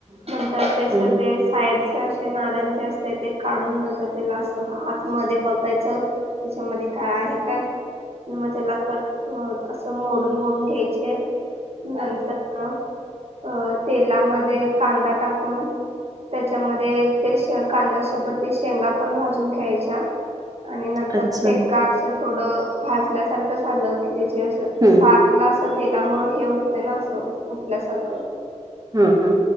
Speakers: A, on the right (about 55°); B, on the right (about 30°).
A: नंतर तेच
B: ह
A: तेच साईडचे असे नारण जे असते ते काढून म्हणतात त्याला असं आतमध्येध्ये बघायचं. त्याच्यामध्ये काय आहे काय मग त्याला कट अस मोडून मोडून घ्यायचे नंतर अ तेलामध्ये कांदा टाकून त्याच्यामध्ये ते कांद्या सोबत ते शेंगा पण भाजून घ्यायच्या. आणि नंतर
B: अच्छा
A: शेंगा असं थोडं भाजल्यासारखं झालं की त्या जे असं.
B: हम्.
A: पाला असं तेलामु हे होतं ना असं कुठल्यासारखं?
B: हा हा.